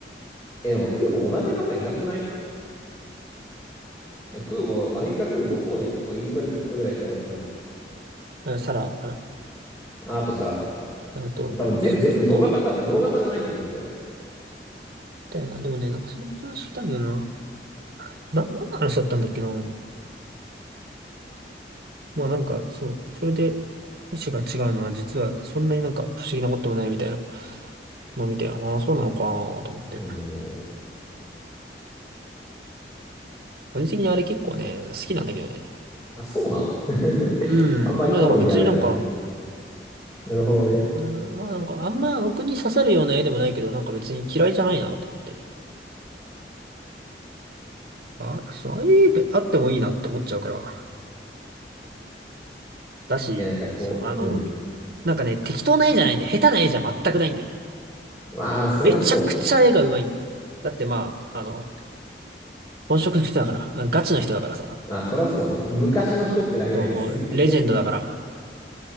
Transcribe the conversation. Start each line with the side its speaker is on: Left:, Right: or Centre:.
Left: え、でも空母同じ方いなくない空母、アメリカ空母、ホーネットとイントレピットぐらいしか思いつかない。
Right: うんサラかな。
Left: あ、あとサラタ。
Right: あのと、
Left: 多分全部、
Right: エキシントンと、
Left: 全部同型か、
Right: み
Left: 同型じゃないと思うんだよ。
Right: たいな。でもね、なんかそのこと話聞いたんだよな。な、何の話だったんだっけな。まあなんか、そう、それで、意思が違うのは実はそんなになんか不思議なこともないみたいなのを見て、ああ、そうなのかなと思って。
Left: うーん。
Right: 個人的にあれ結構ね、好きなんだけどね。
Left: あ、そうなの <laughs>
Right: うん。
Left: あんまり好みはないんだけど。
Right: まあなんか別になんか、
Left: なるほどね。
Right: うん、まあなんかあんま僕に刺さるような絵でもないけど、なんか別に嫌いじゃないなと思って。あ、そう、ああいう絵あってもいいなって思っちゃうから。だし、
Left: え、なんかこう、
Right: そう、あの、
Left: うん。
Right: なんかね、適当な絵じゃないんだよ。下手な絵じゃ全くないんだよね。
Left: まあ、そりゃそ
Right: めちゃくちゃ絵が上手いんだよ。だってまあ、あの、本職の人だから、ガチの人だからさ。
Left: う。まあ、そりゃそうね。昔の人ってだけで別に
Right: そう、もう、
Left: <laughs>
Right: レジェンドだから。